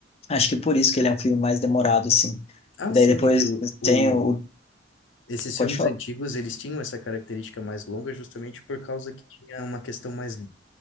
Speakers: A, on the left; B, on the left.
A: acho que por isso que ele é um filme mais demorado, assim.
B: Ah,
A: E daí
B: sim,
A: depois
B: é que o, o-
A: tem o,
B: esses
A: pode
B: filmes
A: falar?
B: antigos, eles tinham essa característica mais longa justamente por causa que tinha uma questão mais